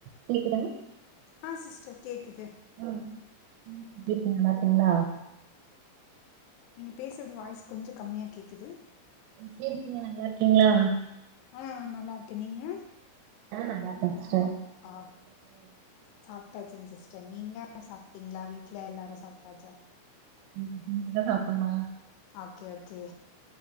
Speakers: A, on the right (about 80°); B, on the left (about 85°).
A: கேக்குதா
B: ஆ சிஸ்டர் கேக்குது
A: ம் எப்டி இருக்கீங்க நல்லாருக்கீங்களா
B: நீங்க பேசுறது வாய்ஸ் கொஞ்சோ கம்மியா கேக்குது
A: எப்டி இருக்கீங்க நல்லா இருக்கீங்களா
B: ஆஹ் நல்லா இருக்கே நீங்க
A: ஆஹ் நல்லாகேங்க
B: ஆக் சாப்டாச்சிங் சிஸ்டர் நீங்க ன சாப்டீங்களா வீட்ல எல்லாரு சாப்டாச்சா
A: இ இனிமேதா சாப்புணு
B: ஓகே ஓகே